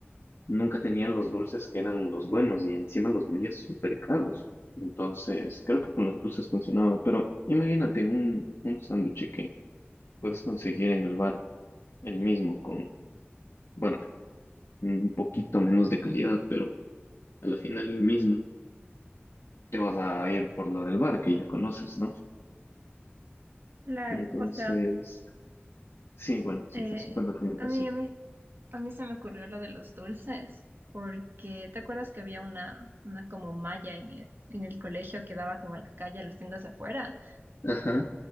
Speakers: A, on the left; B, on the right.
A: nunca tenía los dulces que eran los buenos y encima los vendía súper caros. Entonces, creo que con los dulces funcionaba, pero imagínate un, un sándwich que puedes conseguir en el bar el mismo con, bueno, un poquito menos de calidad, pero a la final el mismo. Te vas a ir por la del bar que ya conoces, ¿no?
B: Claro,
A: Entonces,
B: o sea,
A: sí, bueno, sí,
B: eh,
A: eso fue lo que me
B: a
A: pasó.
B: mí, a mí, a mí se me ocurrió lo de los dulces, porque ¿te acuerdas que había una, una como malla en el, en el colegio que daba como a la calle, a las tiendas de afuera?
A: Ajá.